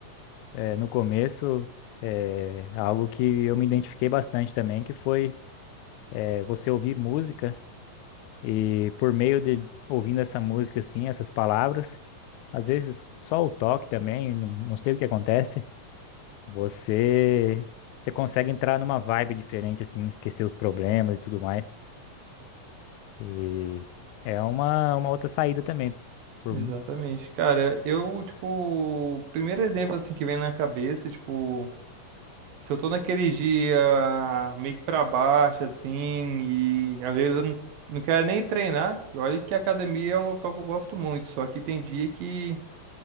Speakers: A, on the left; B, on the right.
A: é, no começo é, algo que eu me identifiquei bastante também, que foi é, você ouvir música e por meio de ouvindo essa música assim, essas palavras, às vezes só o toque também, não não sei o que acontece. Você, você consegue entrar numa vibe diferente, assim, esquecer os problemas e tudo mais. E é uma, uma outra saída também. Por,
B: Exatamente. Cara, eu tipo, o primeiro exemplo assim que vem na cabeça, tipo Se eu tô naquele dia meio que pra baixo, assim, e às vezes eu não, não quero nem treinar, e olha que a academia é um local que eu gosto muito, só que tem dia que